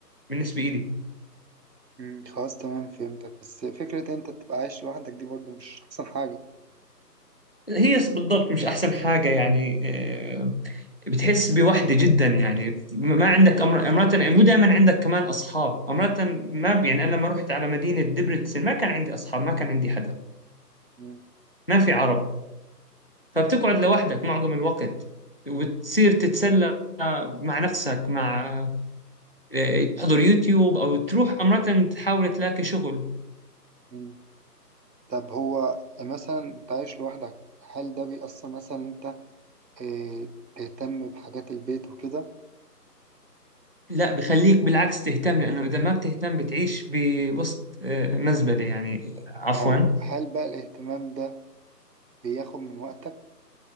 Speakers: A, on the left; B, on the right.
A: بالنسبة إلي
B: أمم، خلاص تمام فهمتك بس فكره انت تبقى عايش لوحدك دي برضو مش احسن حاجه
A: هي بالضبط مش احسن حاجه يعني آه، بتحس بوحده جدا يعني ما عندك أمر... امرات مو دائما عندك كمان اصحاب امرات ما ب- يعني انا لما رحت على مدينه دبرتسن ما كان عندي اصحاب ما كان عندي حدا
B: امم
A: ما في عرب فبتقعد لوحدك معظم الوقت وتصير تتسلى مع نفسك مع آه، تحضر يوتيوب او تروح امرات تحاول تلاقي شغل
B: أمم. طب هو مثلا انت عايش لوحدك هل ده بيأثر مثلا إن انت اه تهتم بحاجات البيت وكده
A: لا بخليك بالعكس تهتم لانه اذا ما بتهتم بتعيش بوسط آه، مزبله يعني عفوا
B: ما هو هل بقى الاهتمام ده بياخد من وقتك